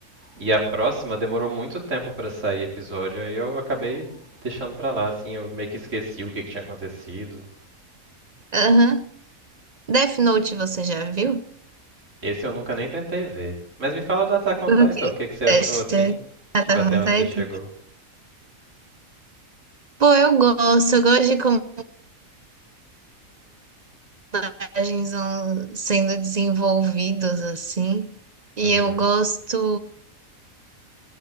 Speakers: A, on the right (about 60°); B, on the right (about 40°).
A: e a próxima demorou muito tempo pra sair episódio, aí eu acabei deixando pra lá, assim, eu meio que esqueci o que que tinha acontecido.
B: aham. Death Note você já viu?
A: Esse eu nunca nem tentei ver. Mas me fala do Attack on
B: O
A: Titan,
B: quê?
A: o que que você achou
B: Testa.
A: assim?
B: Ah,
A: Tipo,
B: tá
A: até
B: bom,
A: onde você chegou?
B: tá Pô, eu gosto, eu gosto de como personagens vão sendo desenvolvidos assim. E
A: Uhum,
B: eu gosto.